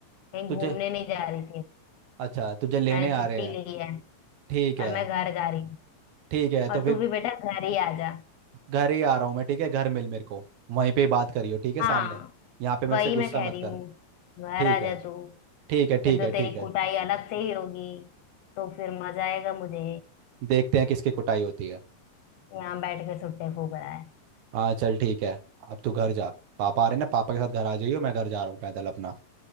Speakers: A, on the left (about 75°); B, on the right (about 80°).
A: कहीं
B: तुझे
A: घूमने नहीं जा रही थी
B: अच्छा तुझे लेने
A: मैंने
B: आ
A: छुट्टी
B: रहे हैं
A: ली है
B: ठीक है
A: और मैं घर जा रही हूँ
B: ठीक है तो
A: और
B: फिर
A: तू भी बेटा घर ही आ जा
B: घर ही आ रहा हूँ मैं ठीक है घर मिल मेरे को वहीं पे ही बात करियो ठीक है सामने
A: हाँ
B: यहाँ पे मेरे
A: वही
B: से गुस्सा
A: मैं कह
B: मत
A: रही
B: कर
A: हूँ घर
B: ठीक
A: आ जा
B: है
A: तू
B: ठीक है ठीक
A: फिर तो
B: है ठीक
A: तेरी
B: है
A: कुटाई अलग से ही होगी तो फिर मजा आएगा मुझे
B: देखते हैं किसकी कुटाई होती है
A: यहाँ बैठ के सुट्टे फूक रहा है
B: हाँ चल ठीक है अब तू घर जा पापा आ रहे हैं ना पापा के साथ घर आ जाइयो मैं घर जा रहा हूँ पैदल अपना